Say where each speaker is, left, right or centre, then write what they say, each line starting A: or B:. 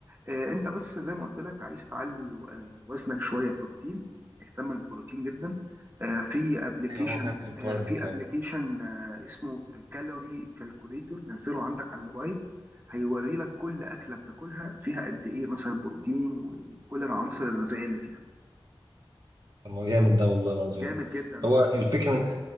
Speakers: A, on the right; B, on the right.
A: آه انت بس زي ما قلت لك عايز تعلي آه، وزنك شوية بروتين اهتم بالبروتين جدا آه في ابلكيشن
B: ايوه هو فيها كده
A: آه
B: وزن
A: في
B: فاهم
A: ابلكيشن آه اسمه كالوري كالكوليتور نزله عندك على الموبايل هيوري لك كل أكلة بتاكلها فيها قد ايه مثلا بروتين وكل العناصر الغذائية اللي فيها
B: طب ما جامد ده والله العظيم
A: جامد جدا
B: هو
A: اه
B: الفكره